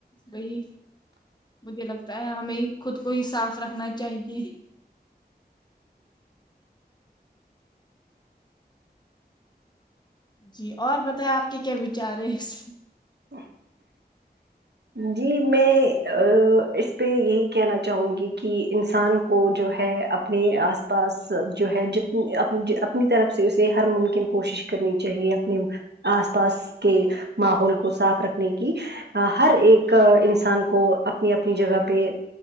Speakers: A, on the left; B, on the right.
A: وہی مجھے لگتا ہے ہمیں خود کو ہی صاف رکھنا چاہیے جی اور بتائیں آپ کے کیا وچار ہے اس
B: ا جی میں ا اس پہ یہی کہنا چاہوں گی کہ انسان کو جو ہے اپنے آس پاس جو ہے جتنی اپین آپ اپنی طرف سے اسے ہر ممکن کوشش کرنی چاہیے اپنے آس پاس کے ماحول کو صاف رکھنے کی آ، ہر ایک انسان کو اپنی اپنی جگہ پہ